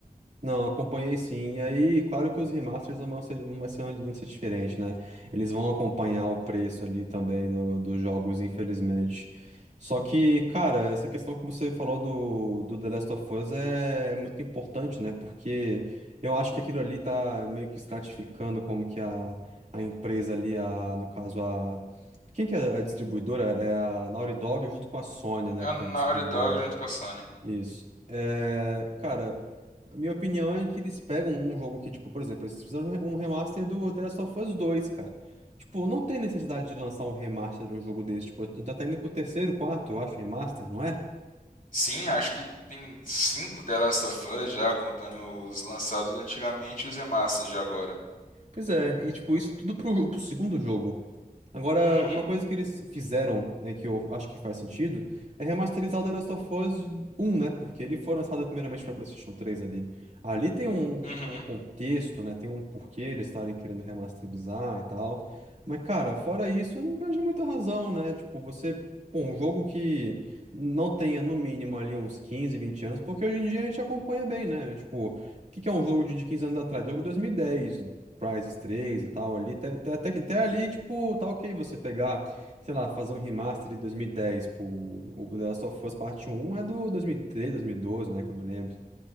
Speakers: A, on the right; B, on the left.
A: Não, acompanhei sim. E aí, claro que os remasters não vão ser, não vai ser, não vai ser diferente, né? Eles vão acompanhar o preço ali também do- dos jogos, infelizmente. Só que, cara, essa questão que você falou do, do The Last of Us é muito importante, né? Porque eu acho que aquilo ali tá meio que estratificando como que a, a empresa ali, a, no caso, a. Quem que é a distribuidora? É a Naughty Dog junto com a Sony, né, que
B: A Naughty
A: tá distribuindo.
B: Dog junto com a Sony.
A: Isso. É, cara, a minha opinião é que eles pegam um jogo que, tipo, por exemplo, eles fizeram um remaster do The Last of Us 2, cara. Tipo, não tem necessidade de lançar um remaster de um jogo desse. Tipo, já tá indo pro terceiro, quarto, eu acho, remaster, não é?
B: Sim, acho que tem cinco The Last of Us já, contando os lançados antigamente e os remasters de agora.
A: Pois é, e tipo, isso tudo pro, pro segundo jogo. Agora,
B: Uhum,
A: uma coisa que eles fizeram, né, que eu acho que faz sentido, é remasterizar o The Last of Us 1, né? Porque ele foi lançado primeiramente para PlayStation 3 ali. Ali tem um,
B: uhum,
A: um contexto, né? Tem um porquê eles estarem querendo remasterizar e tal. Mas, cara, fora isso, eu não vejo muita razão, né? Tipo, você. Pô, um jogo que não tenha no mínimo ali uns 15 20 anos, porque hoje em dia a gente acompanha bem, né? Tipo, o que que é um jogo de de 15 anos atrás? Jogo de 2010 Crysis três e tal ali, até, até, até, que- até ali, tipo, tá ok você pegar, sei lá, fazer um remaster de 2010, pô, o o The Last of Us Parte um é do 2013, 2012, né, que eu me lembro.